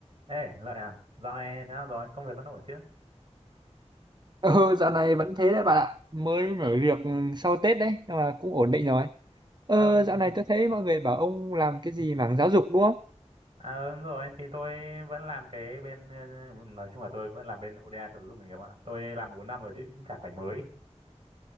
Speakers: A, on the right; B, on the right.
A: Ê, Lợi à, dạo này thế nào rồi? Công việc vẫn ổn chứ?
B: Ừ, dạo này vẫn thế đấy bạn ạ. Mới mở việc ừ, sau Tết đấy, nhưng mà cũng ổn định rồi. Ờ,
A: Ờ, ừm,
B: dạo này tôi thấy mọi người bảo ông làm cái gì mảng giáo dục đúng không?
A: à, đúng rồi, thì tôi vẫn làm cái bên, ờ, nói chung là tôi vẫn làm bên ODA cho giáo dục nghề nghiệp ạ. Tôi làm 4 năm rồi chứ cũng chả phải mới.